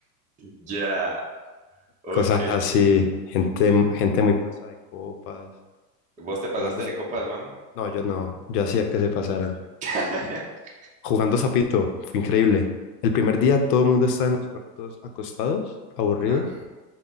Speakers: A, on the right; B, on the left.
A: Ya, ok.
B: Cosas así. Gente, gente muy pasada de copas.
A: ¿Vos te pasaste
B: Jugando.
A: de copas, mano?
B: No, yo no. Yo hacía que se pasaran.
A: <laughs>
B: Jugando sapito. Fue increíble. El primer día todo el mundo estaba en los cuartos acostados, aburridos.
A: Ajá.